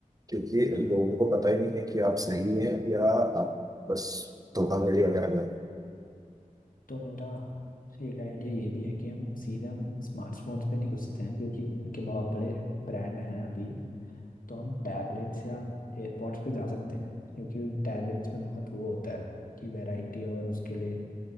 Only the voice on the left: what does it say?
हाँ
तो मेरा एक आइडिया ये भी है कि हम सीधे हम स्मार्टफोन्स पे नहीं घुसते हैं क्योंकि उनके बहुत बड़े ब्रांड हैं अभी तो हम टैबलेट्स या एयरपॉड्स पे जा सकते हैं क्योंकि टैबलेट्स में बहुत वो होता है कि वैरायटी और उसके लिए